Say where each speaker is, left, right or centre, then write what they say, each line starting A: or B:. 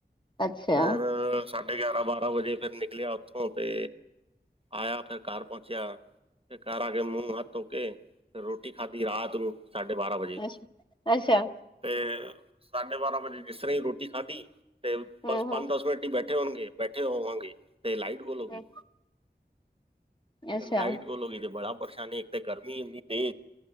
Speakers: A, on the left; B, on the right.
A: ਅੱਛਾ
B: ਫੇਰ ਸਾਢੇ ਗਿਆਰਾਂ, ਬਾਰਾਂ ਵਜੇ ਫੇਰ ਨਿਕਲੇਆ ਔਥੋ ਤੇ ਆਯਾ ਫੇਰ ਘਰ ਪੋਂਚੇਯਾ ਫੇਰ ਘਰ ਆ ਕੇ ਮੂੰਹ ਮੁਹ ਹੱਥ ਧੋ ਕੇ ਰੋਟੀ ਖਾਧੀ ਰਾਤ ਨੂੰ ਸਾਢੇ ਬਾਰਾਂ ਵਜੇ।
A: ਅੱਛਾ ਅੱਛਾ
B: ਤੇ ਸਾਢੇ ਬਾਰਾਂ ਵਜੇ ਜਿਸ ਤਰ੍ਹਾਂ ਈ ਰੋਟੀ ਖਾਧੀ ਤੇ
A: ਹਮ
B: ਬਸ ਪੰਜ
A: ਹਮ
B: ਦਸ ਮਿੰਟ ਹੀ ਬੈਠੇ ਬੈਠੇ ਹੋਣਗੇ, ਬੈਠੇ ਹੋਵਾਂਗੇ। ਤੇ ਲਾਈਟ ਗੁਲ ਹੋਗੀ
A: ਹਮ ਅੱਛਾ
B: ਲਾਈਟ ਗੁਲ ਹੋਗੀ ਤੇ ਬੜਾ ਪਰੇਸ਼ਾਨੀ ਤੇ ਗਰਮੀ ਏਨੀ ਤੇਜ਼।